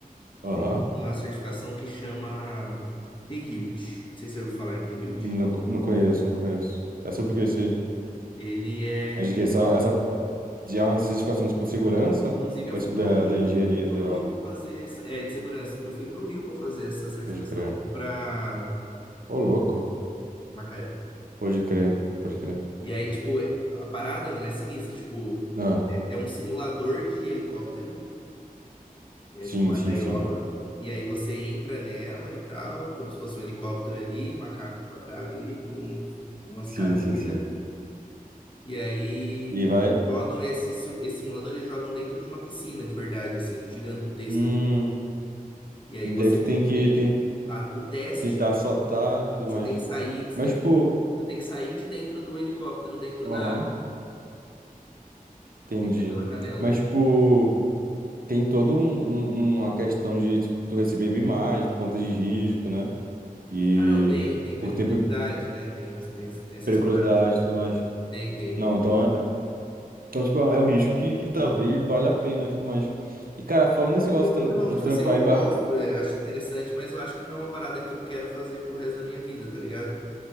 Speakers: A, on the right (about 75°); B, on the left (about 35°).
A: Aham,
B: tem uma certificação que chama T-Hilt. Não sei se você ouviu falar em T-Hilt.
A: não, co- não conheço, não conheço. É sobre o que isso aí?
B: Ele é,
A: É
B: tipo,
A: de que essa, essa, já é uma certificação tipo de segurança
B: Inclusive,
A: ou
B: eu fui
A: é tipo da,
B: para o Rio,
A: da engenharia
B: eu fui para
A: em geral?
B: o Rio para fazer essa, é, de segurança. Eu fui para o Rio para fazer essa certificação,
A: Pode crer.
B: eu fui para
A: Ô, louco.
B: Macaé.
A: Pode crer, pode crer.
B: E aí, tipo, é- a parada, mano, é sinistra. Tipo,
A: Ah,
B: é, é um simulador de helicóptero, é
A: sim,
B: tipo uma
A: sim,
B: gaiola,
A: sim.
B: e aí você entra nela e tal, como se fosse um helicóptero ali, uma casa quadrada ali, com umas
A: Sim,
B: cadeiras.
A: sim, sim.
B: E aí,
A: E vai.
B: eles jogam esse, su- esse simulador, eles jogam dentro de uma piscina, de verdade, assim, gigantesca.
A: Hum,
B: E aí
A: daí
B: você
A: tu
B: tem
A: tem que
B: que
A: ten-
B: a- o teste,
A: tentar soltar e tudo
B: você
A: mais.
B: tem que sair, você
A: Mas, tipo.
B: tem você tem que sair de dentro do helicóptero, dentro
A: Aham,
B: da água,
A: entendi.
B: Você tem que sair pela janela.
A: Mas, tipo. tem todo um- um- uma questão de tipo, tu receber bem mais por conta de risco, né? E
B: Ah, não, tem, tem
A: por
B: periculosidade,
A: tempo, e
B: né? Tem as, tem as- tem essas
A: periculosidade
B: paradas.
A: e tudo mais.
B: Tem, tem.
A: Não, então, é- então tipo, é um é um risco que, que talvez valha a pena e tudo mais. E, cara, falando nesse negócio
B: Eu
A: tra-
B: não,
A: de
B: tipo
A: trampar
B: assim, eu gosto,
A: em bar... em-
B: é, acho interessante, mas eu acho que não é uma parada que eu quero fazer pro resto da minha vida, tá ligado?